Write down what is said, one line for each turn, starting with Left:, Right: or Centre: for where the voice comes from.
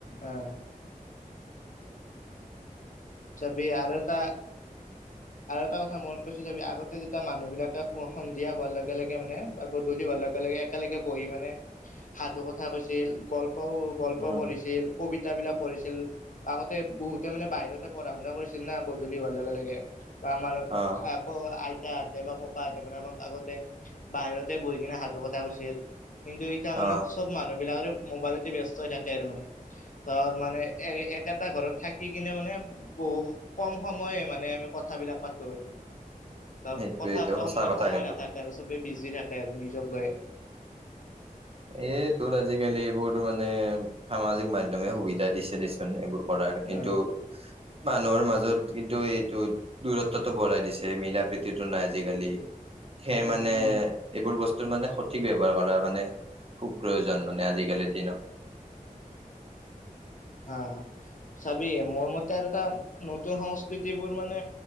Left: আহ। চাবি আৰু এটা আৰু এটা কথা মনত পৰিছে চাবি, আগতে যেতিয়া মানুহ বিলাকে সন্ধিয়া হোৱাৰ লগে লগে মানে বা গধূলি হোৱাৰ লগ লগে একেলগে বহি মানে সাধু কথা কৈছিল, গল্প গল্প
Right: উম
Left: পঢ়িছিল কবিতাবিলাক পঢ়িছিল আগতে বহুতে মানে বাহিৰতে পঢ়া শুনা কৰি ছিল না গধূলি হোৱাৰ লগে লগে বা আমাৰ
Right: অ
Left: আক আই তাহঁতে বা ককাহঁতে মানে আমাক আগতে বাহিৰতে বহি কিনে সাধু কথা কৈছিল। কিন্তু এতিয়া
Right: অ
Left: মানে চব মানুহবিলাকৰে মোবাইল ব্যস্ত হৈ থাকে আৰু মানে ধৰ মানে একেটা ঘৰত থাকি কিনে মানে বহু কম সময়ে মানে আমি কথাবিলাক পাতো আৰু ধৰ
Right: সেইটোয়ে
Left: কথা
Right: এইটো
Left: এটা
Right: সঁচা
Left: মানে
Right: কথা
Left: সময়
Right: কিন্তু
Left: নাথাকে আৰু চবেই বিজি থাকে আৰু নিজক লৈ।
Right: এই তোৰ আজিকালি এইবোৰ মানে, সামাজিক মাধ্যমে সুবিধা দিছে দেচোন এইবোৰ কৰাৰ কিন্তু
Left: অ
Right: মানুহৰ মাজত কিন্তু এইটো দূৰ -দূৰত্বটো বঢ়াই দিছে মিলা প্ৰীতিটো নাই আজিকালি সে
Left: উম
Right: মানে,
Left: উম
Right: এইবোৰ বস্তুৰ মানে সঠিক ব্যৱহাৰ কৰা মানে খুব প্ৰয়োজন মানে আজিকালিৰ দিনত।
Left: হা, চাবি মোৰ মতে আৰু তাৰ ন সংস্কৃতিবোৰ মানে